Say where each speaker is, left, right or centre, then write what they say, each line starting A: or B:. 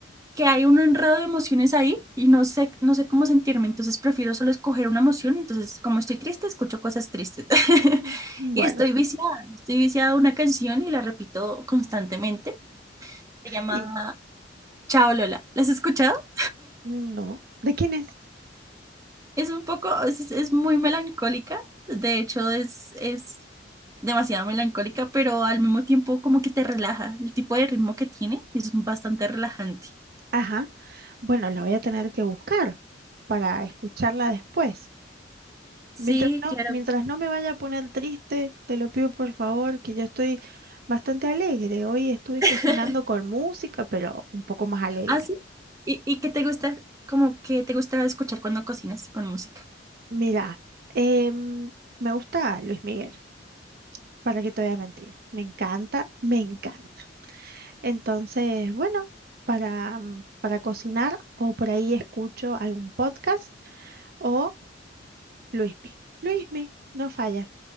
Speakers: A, on the right (about 20°); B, on the right (about 55°).
A: que hay un enredo de emociones ahí y no sé, no sé cómo sentirme, entonces prefiero solo escoger una emoción, entonces como estoy triste, escucho cosas tristes <laughs>
B: Mm,
A: y
B: Bueno,
A: estoy viciada, estoy viciada a una canción y la repito constantemente, se llama
B: y
A: Chao Lola, ¿la has escuchado?
B: no, ¿de quién es?
A: Es un poco, es, es muy melancólica, de hecho es, es demasiado melancólica, pero al mismo tiempo como que te relaja, el tipo de ritmo que tiene es bastante relajante.
B: Ajá, bueno, la voy a tener que buscar para escucharla después.
A: Sí,
B: Mientras no,
A: claro.
B: mientras no me vaya a poner triste, te lo pido por favor, que yo estoy bastante alegre. Hoy estuve
A: <laughs>
B: cocinando con música, pero un poco más alegre.
A: Ah, sí. ¿Y, y qué te gusta, como que te gusta escuchar cuando cocinas con música?
B: Mira, em, me gusta Luis Miguel, para que te voy a mentir. Me encanta, me encanta. Entonces, bueno, para, mm, para cocinar o por ahí escucho algún podcast o Luismi. Luismi, no falla.